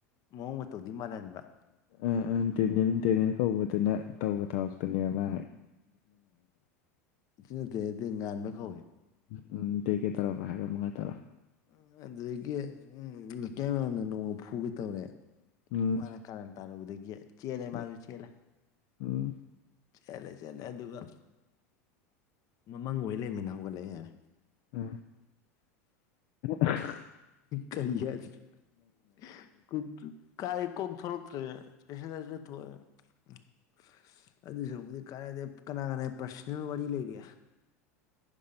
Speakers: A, on the left (about 45°); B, on the left (about 60°).
A: ꯃꯑꯣꯡ ꯇꯧꯗꯤ ꯃꯥꯂꯦꯝꯂꯦꯟꯕꯥ ꯇꯨ
B: ꯑꯥ ꯑꯥ ꯗꯦꯅꯤꯜ ꯀꯧꯕꯗꯨꯅ ꯇꯧꯕ ꯊꯧꯔꯛꯛꯇꯅꯦ ꯑꯃ
A: ꯁꯤ ꯅꯠꯇꯦꯗꯤ ꯉꯥꯟꯕ ꯀꯧꯏꯦ
B: ꯎꯝ ꯎꯝ ꯇ ꯀꯦꯛꯀꯦ ꯇꯧꯔꯥ ꯍꯥꯏꯔꯣ ꯃꯉꯥ ꯇꯔꯣ
A: ꯎꯝ ꯑꯗꯨꯗꯒꯤ ꯎꯝ ꯀꯌꯥꯝꯅ ꯅꯣꯡꯃ ꯐꯨꯒ ꯇꯧꯔꯦ
B: ꯎꯝ
A: ꯃꯥꯅ ꯀꯥꯟꯅ ꯇꯥꯔꯨꯗꯨ ꯆꯦꯂ
B: ꯎꯝ
A: ꯃꯥꯔ ꯆꯦꯂ
B: ꯎꯝ
A: ꯆꯦꯜꯂꯦ ꯆꯦꯜꯠꯂꯦ ꯑꯗꯨꯒ ꯃꯃꯥꯡ ꯑꯣꯏ ꯂꯩꯃꯦꯅ ꯍꯧꯒꯠꯂꯛꯑꯦ ꯌꯥꯔꯦ
B: ꯎꯝ ꯎꯝ
A: ꯀꯔꯤ ꯍꯥꯏꯗ‌ꯣꯏꯅ‌ꯣ ꯀꯥꯏ ꯀꯣꯛ ꯊ‌ꯣꯔꯛ <unintelligible> ꯑꯗꯨꯁꯨꯕꯨꯗꯤ ꯀꯥꯟꯗ ꯀꯅꯥ ꯀꯅꯥ ꯄ꯭ꯔꯔꯁꯅꯦꯜ ꯋꯥꯔꯤ ꯂꯩꯔꯤ